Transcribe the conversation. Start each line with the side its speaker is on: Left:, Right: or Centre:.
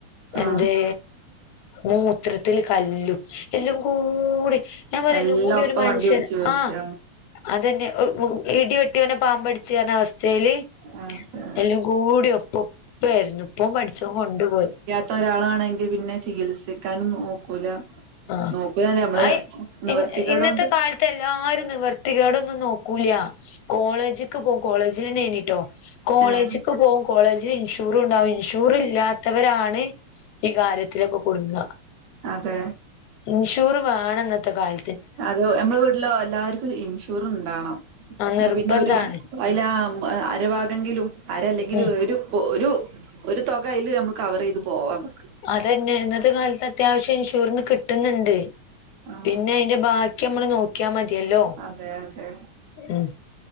Right: ആഹ്
Left: എന്തേ മൂത്രത്തില് കല്ലും എല്ലുംകൂടി. ഞാൻ പറ്യലുംകൂടി
Right: എല്ലാം ഒപ്പ
Left: ഒരു മനുഷ്യൻ
Right: വണ്ടി പിടിച്ച് വലിച്ച്
Left: ആഹ് അത് തന്നെ. ഇടിവെട്ട്യാേനെ പാമ്പട്ച്ച് അറ്ഞ്ഞ അവസ്തേല്.
Right: ആഹ് തെ.
Left: എല്ലുംകൂടി ഒപ്പഒപ്പേരുന്നു. ഇപ്പം ഓൻ പടച്ച്. ഓൻ കൊണ്ടുപോയി.
Right: തോരാളാണെങ്കിൽ പിന്നെ ചികിത്സിക്കാനും നോക്കൂല.
Left: ആഹ്
Right: നോക്കൂലാന്നല്ല നമ്മള്
Left: അയ്
Right: നിവർത്തിക്കേടോണ്ട്.
Left: ഇ ഇന്നത്തെ കാലത്ത് എല്ലാരും നിവർത്തികോടൊന്നും നോക്കൂല്ല്യ, കോളേജിക്ക് പോകു കോളേജിലെന്നേനിട്ടൊ. കോളേജ്ക്ക്
Right: ഏഹ്
Left: പോവും. കോളേജില് ഇൻഷൂറു ഇണ്ടാവും. ഇൻഷൂറ് ഇല്ലാത്തവരാണ് ഈ കാര്യത്തിലൊക്കെ കുടുങ്ങ.
Right: അതെ
Left: ഇൻഷൂറ് വേണം ഇന്നത്തെകാല
Right: അതെ ഓൽ നമ്മളെവീട്ടിലോ എല്ലാര്ക്കും ഇൻഷുറ് ഇണ്ടാവണം.
Left: ആഹ്
Right: ഇന്നാപിന്നെ
Left: നിർബന്ധാണ്
Right: ഒരു അയിലാ ആഹ് അരഭാഗങ്കിലും അര അല്ലെങ്കില്
Left: ഉം
Right: ഒരു പോ ഒരു. ഒരുതൊക അയില് നമ്മള് കവറെയ്ത് പോവാഅമ്മക്ക്
Left: അതന്നെ. ഇന്നത്തെകാലത്ത് അത്യാവശ്യം ഇൻഷുറിന്ന് കിട്ട്ന്ന്ണ്ട്.
Right: ആഹ്
Left: പിന്നെ അയിന്റെ ബാ ക്കി അമ്മള് നോക്ക്യാമതിയല്ലോ.
Right: അതെ അതെ
Left: ഉം